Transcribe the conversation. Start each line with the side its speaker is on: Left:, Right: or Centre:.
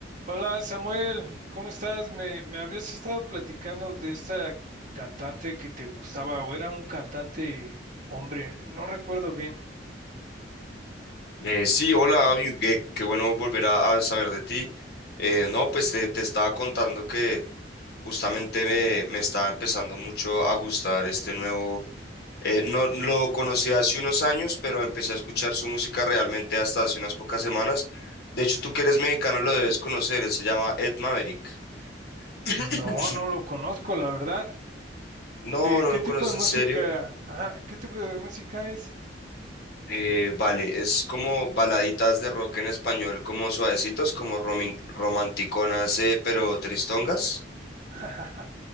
Right: Hola Samuel, ¿cómo estás? Me, me habías estado platicando de esta cantante que te gustaba o era un cantante hombre, no recuerdo bien.
Left: Eh, sí, hola, Abby, qué, qué bueno volver a, a saber de ti. Eh, no, pues te, te estaba contando que justamente me, me estaba empezando mucho a gustar este nuevo eh, no lo conocí hace unos años, pero empecé a escuchar su música realmente hasta hace unas pocas semanas. De hecho, tú que eres mexicano lo debes conocer, él se llama Ed Maverick. <laughs>
Right: No, no lo conozco, la verdad.
Left: No,
Right: Eh,
Left: no
Right: ¿qué
Left: lo
Right: tipo
Left: conoces
Right: de música?
Left: en serio.
Right: Ajá, ¿qué tipo de música es?
Left: Eh, vale, es como baladitas de rock en español, como suavecitos, como romin- romanticonas, eh, pero tristongas.
Right: <laughs>